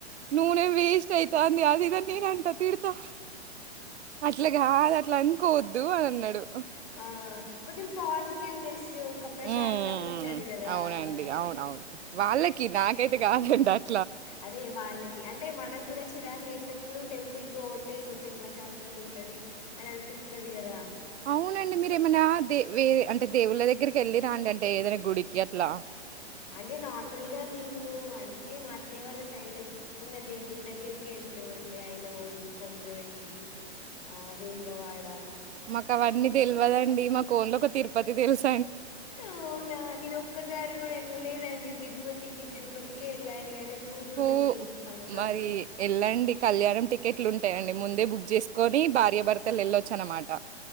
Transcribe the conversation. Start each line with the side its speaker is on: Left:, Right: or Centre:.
Right: నూనె వేస్ట్ అయితు అంది అది ఇద నేను అంట తిడతా అట్లాగా అది అట్లా అనుకోవద్దు అని అన్నాడు
Left: ఆ కొంచెం పోసిటివెనెస్ ఒక ప్రశాంతంగా
Right: ఉమ్
Left: ఉంటది కదా
Right: అవునండి
Left: అట్లని
Right: అవునవును వాళ్ళకి <unintelligible>
Left: అదే వాళ్ళకి అంటే మనం కూడా చిరాకులు ఇష్ట చిన్నప్పుడు టెంపుల్కి పోతే కొంచెం ప్రశాంతంగా ఉంటుంది అని అనిపిస్తుంది కదా
Right: అవునండి మీరేమైనా దే వేరే అంటే దేవుళ్ళ దగ్గరికి వెళ్ళిరా అండి అంటే ఏదైనా గుడికి అట్లా
Left: అంటే నార్మల్గా మేము అంటే మా అత్తయ్య వాళ్ళ సైడ్ ఉన్న దేవుళ్ల దగ్గరికి వెళ్తాం అండి ఐనవోలు కొమరవెల్ళ హ వేములవాడ
Right: మాకు అవన్నీ తెలియదండి మాకు ఓన్ల ఒక తిరుపతి తెలుసు
Left: అవునా నేన ఒక్కసారి కూడా ఎల్ ల లేదాండి తిరుపతికి తిరుపతికే వేళ్లి అని అనుకుంటున్నాం
Right: హో
Left: ఈ సంవత్సరం
Right: మరి ఎళ్ళండి కళ్యాణం టికెట్లు ఉంటాయండి ముందే బుక్ చేసుకొని భార్యభర్తలు వెళ్ళొచ్చు అన్నమాట